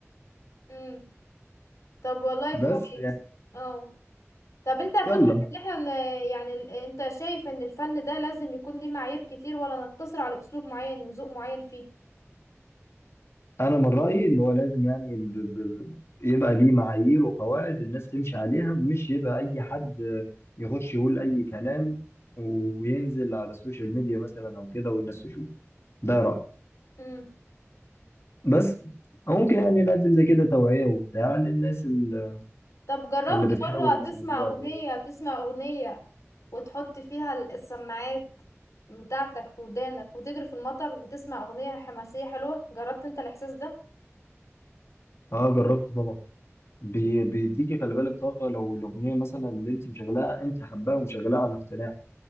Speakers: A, on the left; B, on the left.
A: امم طب والله
B: بس
A: كويس
B: يعني
A: اه طب انت فاكر
B: يلا
A: ان احنا ن- يعني ال- انت شايف ان الفن ده لازم يكون ليه معايير كتير ولا نقتصر على اسلوب معين وذوق معين فيه
B: انا من رايي اللي هو لازم يعني ب... ب... يبقى ليه معايير وقواعد الناس تمشي عليها مش يبقى اي حد يخش يقول اي كلام وينزل على السوشيال ميديا مثلا او كده والناس تشوف ده رايي
A: امم
B: بس ممكن يعني نقدم زي كده توعيه وبتاع للناس ال-
A: طب جربت
B: اللي بتحاول
A: مرة تسمع
B: مثلا تبقى
A: اغنية
B: كويسه
A: تسمع اغنية وتحط فيها ال- السماعات بتاعتك في ودانك وتجري في المطر وتسمع اغنية حماسية حلوة جربت انت الاحساس ده
B: اه جربته طبعا بي... بيديكي خلي بالك طاقه لو الاغنيه مثلا اللي انت مشغلاها انت حباها ومشغلاها عن اقتناع